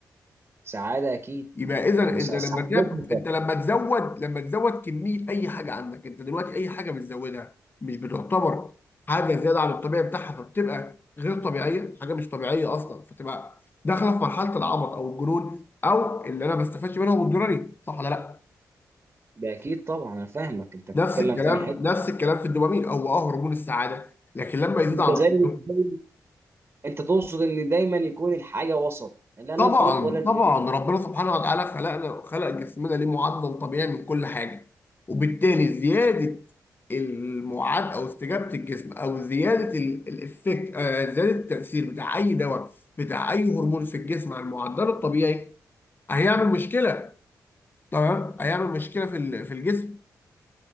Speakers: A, on the right; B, on the left.
A: سعاده اكيد
B: يبقى اذا
A: آه، مس-
B: انت
A: سعاده
B: لما تب...
A: مطلقه
B: انت لما تزود لما تزود كمية اي حاجة عندك انت دلوقتي اي حاجة بتزودها مش بتعتبر حاجة زيادة عن الطبيعي بتاعها فبتبقى غير طبيعية حاجة مش طبيعية اصلا فتبقى داخلة في مرحلة العبط او الجنون او اللي انا ما بستفادش منهم الضروري صح ولا لا
A: ده اكيد طبعا انا فاهمك انت بتتكلم
B: نفس الكلام
A: في أنهي حته
B: نفس الكلام في الدوبامين هو اه هرمون السعاده لكن لما يزيد
A: انت
B: عن
A: زي
B: طبيعته
A: زي- انت تقصد ان دايما يكون الحاجه وسط لا
B: طبعا
A: نفرط ولا نقل
B: طبعا ربنا سبحانه وتعالى خلقنا خلق جسمنا ليه معدل طبيعي من كل حاجه وبالتالي زياده المعاد او استجابه الجسم او زياده الافكت زياده التاثير بتاع اي دواء بتاع اي هرمون في الجسم على المعدل الطبيعي هيعمل مشكله تمام هيعمل مشكله في ال- في الجسم